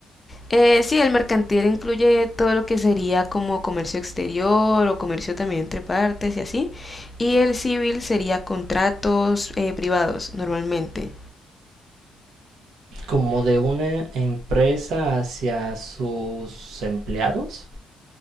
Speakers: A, on the left; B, on the right.
A: Eh, sí, el mercantil incluye todo lo que sería como comercio exterior o comercio también entre partes y así. Y el civil sería contratos eh, privados normalmente.
B: como de una empresa hacia sus empleados.